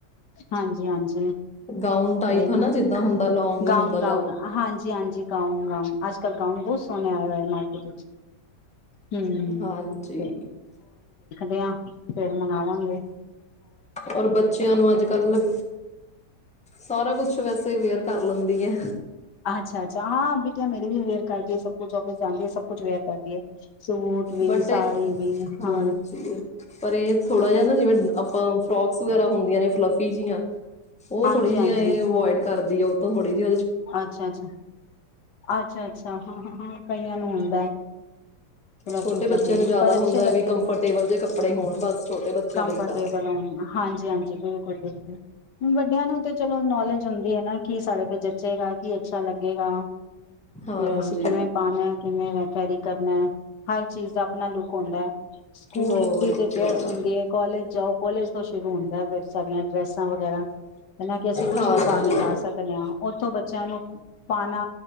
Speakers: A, on the left (about 75°); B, in the centre.
A: ਹਾਂਜੀ ਹਾਂਜੀ
B: ਗਾਊਨ ਟਾਈਪ ਹਨਾ
A: ਨਾ
B: ਜਿੱਦਾਂ ਹੁੰਦਾ ਲੌਂਗ ਹੁੰਦਾ
A: ਗਾਊਨ ਗਾਊਨ ਹਾਂਜੀ ਹਾਂਜੀ। ਜੀ ਗਾਊਨ ਗਾਊਨ ਅੱਜ ਕੱਲ੍ਹ ਗਾਊਨ ਬਹੁਤ ਸੋਹਣੇ ਆਏ ਹੋਏ ਹੈ ਮਾਰਕੀਟ ਵਿੱਚ ਹਮ
B: ਹਾਂਜੀ
A: ਤੇ ਉਹ। ਫੇਰ ਮਨਾਵਾਂਗੇ।
B: ਔਰ ਬੱਚਿਆਂ ਨੂੰ ਅੱਜ ਕੱਲ ਸਾਰਾ ਕੁਛ ਵੈਸੇ ਵੇਅਰ ਕਰ ਲੈਂਦੀ ਹੈ
A: ਅੱਛਾ ਅੱਛਾ ਹਾਂ ਬੇਟੀਆਂ ਮੇਰੀ ਵੀ ਵੇਅਰ ਕਰਦੀ ਸਭ ਕੁਛ ਔਫਿਸ ਜਾਂਦੀਏ ਸਭ ਕੁਛ ਵੇਅਰ ਕਰਦੀ ਹੈ। ਸੂਟ ਵੀ
B: ਬਟ
A: ਸਾੜੀ ਵੀ
B: ਹਾਂਜੀ
A: ਹਾਂ
B: ਪਰ ਇਹ ਥੋੜਾ ਜਿਹਾ ਨਾ ਜਿਵੇਂ ਆਪਾਂ ਫੋਕਸ ਵਗੈਰਾ ਹੁੰਦੀਆਂ ਨੇ ਫਲੱਫੀ ਜਿਆਂ। ਉਹ
A: ਹਾਂਜੀ
B: ਥੋੜੀਆਂ
A: ਹਾਂਜੀ
B: ਜਿਹੀਆਂ ਇਹ ਅਵੋਇਡ ਕਰਦੀ ਉਹ ਥੋੜੀ ਜਿਦੀ
A: ਅੱਛਾ ਅੱਛਾ ਅੱਛਾ ਅੱਛਾ ਹਾਂ ਹਾਂ ਹਾਂ ਕਈਆਂ ਨੂੰ ਹ ਫਲਫੀ
B: ਛੋਟੇ
A: ਫਲਫ਼ੀ
B: ਬੱਚਿਆਂ ਨੂੰ ਜ਼ਿਆਦਾ
A: ਪਰ ਅੱਛੇ
B: ਹੁੰਦਾ
A: ਲੱਗਦੇ
B: ਵੀ
A: ਹਨ
B: ਕੰਫਰਟੇਬਲ ਜੇ ਕੱਪੜੇ ਹੋਣ ਬਸ ਛੋਟੇ ਬੱਚਿਆਂ
A: ਕੰਫਰਟੇਬਲ
B: ਲਈ ਤਾਂ।
A: ਹਾਂਜੀ ਹਾਂਜੀ ਬਿਲਕੁਲ ਬਿਲਕੁਲ ਵੱਡਿਆਂ ਨੂੰ ਤੇ ਚਲੋ ਨੌਲੇਜ ਹੁੰਦੀ ਹੈ ਨਾ ਕੀ ਸਾਰੇ ਕੁਜ ਏ ਚਲਾਗੀ ਕੀ ਅੱਛਾ ਲੱਗੇਗਾ।
B: ਹਾਂਜੀ,
A: ਤੇ ਅਸੀਂ ਕਿਵੇਂ ਪਾਣਾ ਮੇਰਾ ਟੈਡੀ। ਕਰਨੈ ਹਰ ਚੀਜ਼ ਦਾ ਆਪਣਾ ਲੁੱਕ ਹੁੰਦਾ ਹੈ, ਸਕੂਲ
B: ਹੋਰ
A: ਦੀ ਜੋ ਡਰੈਸ
B: ਕਿਆ
A: ਹੁੰਦੀ ਹੈ ਕਾਲਜ ਜਾਓ, ਕਾਲਜ ਤੋਂ ਸ਼ੁਰੂ ਹੁੰਦਾ ਫੇਰ ਸਕਦੇ ਡਰੈਸਾਂ ਵਗੈਰਾ ਹਨਨਾ ਕਿ ਅਸੀਂ ਕੁਛ
B: ਹਾਂਜੀ,
A: ਵੀ ਪਾ ਕੇ ਜਾ ਸਕਨੇ, ਹਾਂ। ਉੱਥੋਂ ਬੱਚਿਆਂ ਨੂੰ ਪਾਨਾ